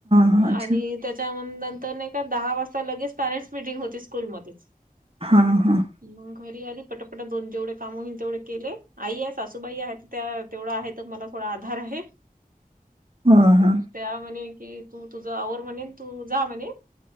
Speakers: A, on the right; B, on the right.
A: हां अच्छा
B: आणि, त्याच्या नंतर नाही का दहा वाजता लगेच पॅरेंट्स मिटिंग होती स्कूलमध्येच.
A: हा हा.
B: मग घरी आली पटापटा दोन जेवढे काम होईल तेेवढे केले आई आहे सासूबाई आहेत त्या तेवढ आहे तर मला थोडा आधार आहे.
A: <unintelligible> हा
B: त्या म्हणे कि तू तुझं आवर म्हणे तू जा म्हणे.